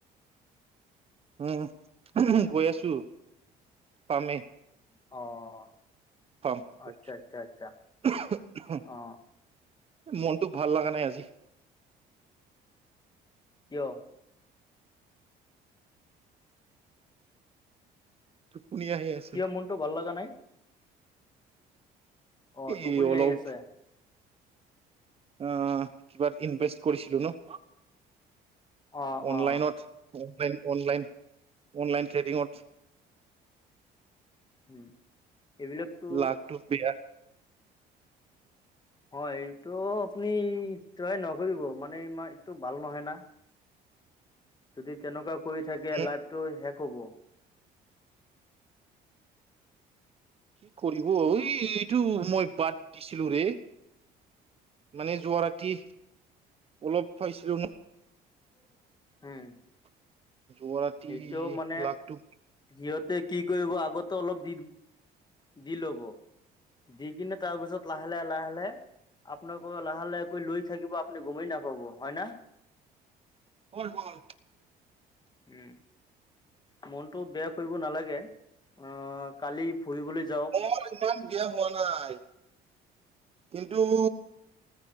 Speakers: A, on the right; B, on the left.
A: উম, গৈ আছো। পামে
B: অ'।
A: <unintelligible>
B: আচ্ছা আচ্ছা আচ্ছা অ
A: মনটোক ভাল লগা নাই আজি।
B: কিয়?
A: টোপনি আহি আছে।
B: কিয় মনটো ভাল লগা নাই? অ টোপনি
A: এই অলপ
B: আহি আছে
A: অ' কিবাত ইনভেষ্ট কৰিছিলো ন।
B: অ
A: অনলাইনত
B: অ
A: অনলাইন অনলাইন অনলাইন ট্ৰেডিঙত।
B: উম, এইবিলাকতো।
A: লাভটো বেয়া
B: হয় এইটো আপুনি ট্ৰাই নকৰিব মানে ইমা এইটো ভাল নহয় না।
A: <unintelligible>
B: যদি তেনেকুৱা কৰি থাকে
A: হুম,
B: লাইফটো শেষ হ'ব।
A: কি কৰিব ঐ এইটো মই বাদ দিছিলোঁ ৰে। মানে যোৱা ৰাতি অলপ পাইছিলোঁ ন'।
B: <unintelligible>
A: <unintelligible>
B: সেইটো মানে,
A: লাখটো
B: সিহঁতে কি কৰিব আগতে অলপ দি দি ল'ব, দি কিনে তাৰপিছত লাহে লাহে লাহে লাহে আপোনালোকৰ লাহে লাহে কৈ লৈ থাকিব আপুনি গমেই নাপাব হয় না।
A: হয় হয়।
B: উম। মনটো বেয়া কৰিব নালাগে, অ' কালি ফুৰিবলৈ যাওঁক।
A: মোৰ ইমান বেয়া হোৱা নাই, কিন্তু